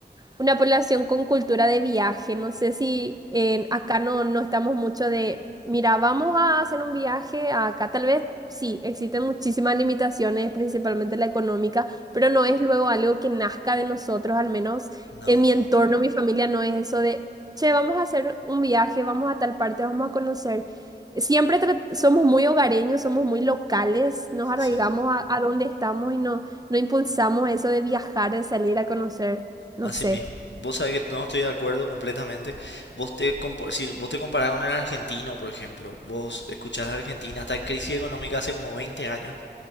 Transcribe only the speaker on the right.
una población con cultura de viaje. No sé si en- acá no, no estamos mucho de, mira, vamos a hacer un viaje a acá. Tal vez sí, existen muchísimas limitaciones, principalmente la económica, pero no es luego algo que nazca de nosotros, al menos
en mi entorno, mi familia no es eso de, che, vamos a hacer un viaje, vamos a tal parte, vamos a conocer. Siempre tra- somos muy hogareños, somos muy locales, nos
arraigamos a, a donde estamos y no, no impulsamos eso de viajar, de salir a conocer. No
sé.